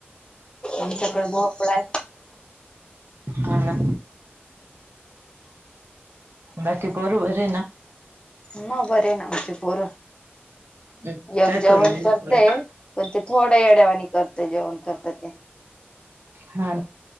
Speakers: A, on the left; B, on the right.
A: आमच्याकडे भोपळाय.
B: ह ना. बाकी पोर बरे ना?
A: हो. बरी आहे ना आमची पोर.
B: हम्म
A: जग
B: काय करू
A: जेवण
B: राहिले
A: करते,
B: पोरं?
A: पण ते थोडं येड्या वानी करतय जेवण करत ते
B: हा